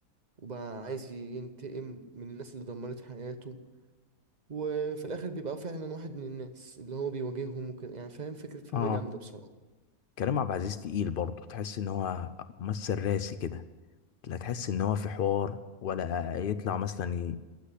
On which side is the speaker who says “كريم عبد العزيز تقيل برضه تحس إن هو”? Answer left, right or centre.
Left